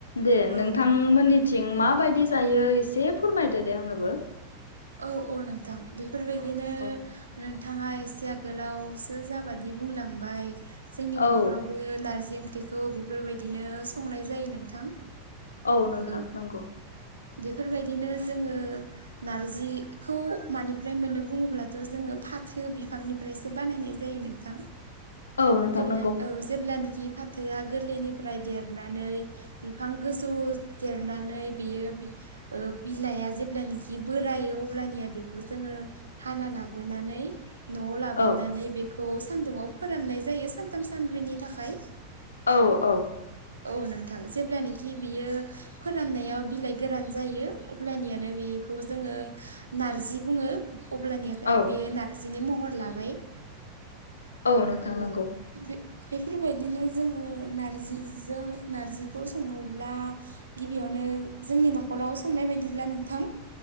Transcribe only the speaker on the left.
दे
नोंथां। ओम मोननिथिं माबायदि जायो एसे फोरमायदो दे आंनोबो?
औ
औ
औ नोंथां
नंगौ
औ नोंथां
नंगौ
औ
औ औ।
औ
औ नोंथां
नंगौ